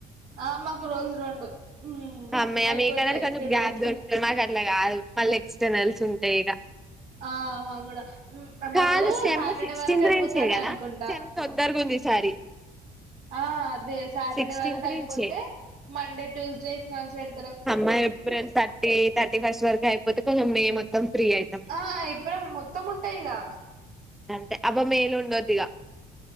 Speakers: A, on the right; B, in the centre.
A: ఆ మాకు రోజు రెండు మ్మ్
B: హమ్మయ్య
A: అయిపోతాయి
B: మీకన్నా కొంచం
A: టూ
B: గ్యాప్
A: డేస్
B: దొరుకుతది
A: లో
B: మాక్ గట్ల కాదు మళ్ళీ ఎక్స్టర్నల్స్ ఉంటాయ్ ఇగ
A: ఆ మాక్కుడా మ్ మాకు
B: కాదు సెమ్
A: సాటర్డే
B: సిక్స్టీన్త్
A: వరకు అయిపోతానై
B: నుంచే కదా
A: అనుకుంటా
B: సెమ్ తొందరగా ఉంది ఈసారి
A: ఆ అదే సాటర్డే
B: సిక్స్టీన్త్
A: వరకు అయిపోతే
B: నుంచే
A: మండే ట్యూస్డే ఎక్సటర్నల్స్ పెడ్
B: హమ్మాయ్య ఏప్రిల్ థర్టీ థర్టీ ఫస్ట్ వరకు అయిపోతే కొంచెం మే మొత్తం ఫ్రీ అవుతాం
A: ఆ ఏప్రిల్ మొత్తం ఉంటయిగా
B: అంటే అబ్బ మేలుండోద్దిగా